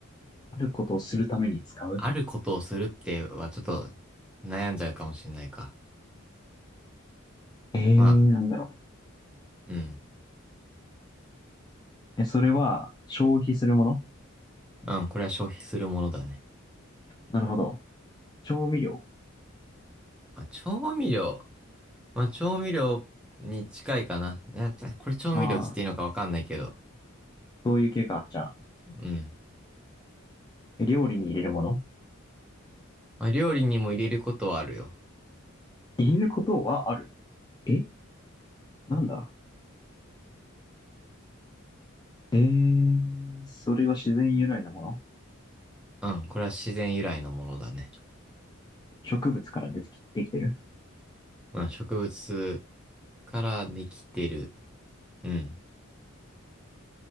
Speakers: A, on the left; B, in the centre.
A: あることをするために使う
B: あることをするってはちょっと悩んじゃうかもしんないか。
A: えー、
B: まあ、
A: なんだろう。
B: うん。
A: え、それは消費するもの
B: うん、これは消費するものだね。
A: なるほど。調味料
B: まあ、調味料。まあ、調味料に近いかな。なんかこれ調味料つっていいのかわかんないけど。
A: ああ、そういう系か。じゃあ、
B: うん。
A: え料理に入れるもの
B: まあ、料理にも入れることはあるよ。
A: 入れることはある。えなんだえー、それは自然由来のもの
B: うん、これは自然由来のものだね。
A: 植物から出てき、できてる
B: うん、植物からできてる。うん。